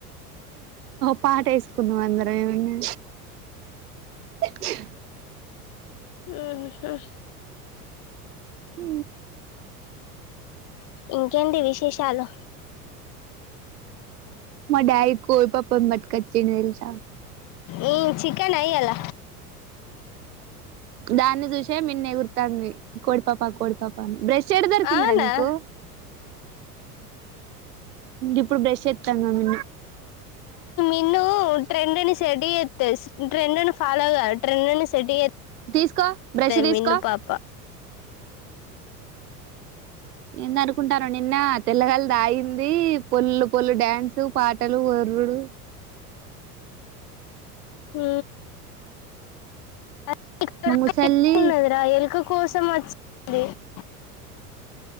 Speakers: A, on the right; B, on the left.
A: పటయిసు కొద్ందుమందిరమే పతి
B: ఆఓ
A: ఆ
B: ఇంకేంటి విశేషాలు
A: మా యి కో పాప మట్కచ్చని వెల్స
B: ఇ చికెన్ అయ్యాల
A: దాన్ని చూసే మన్న ఎగుర్తాంది కోడిపాపా కోడిపాపాని బ్రష్ చెడు దొరికిందరాా
B: అవునా
A: నీకు ఇప్పుడు బ్రష్ చెస్తానామ
B: ఇన్న ట్రెం అని సెడ ఎత్త ట్రెండ్ ను ఫాలోగా ట్రెండ్ ను సెట్
A: తీసుకో
B: చేస్తది
A: బ్రష్ తీసుకో
B: మిన్ను పాప
A: ఏంద అనుకుంటాను నిన్న తెల్లగళ తాగింది పొలుు పొళ్ళు డ్యాన్సు పాటలు ఎర్రుడు
B: ఆ డ
A: మా ముసల్ది
B: ఉన్నదిరా ఎలుక కోసం అ <unintelligible>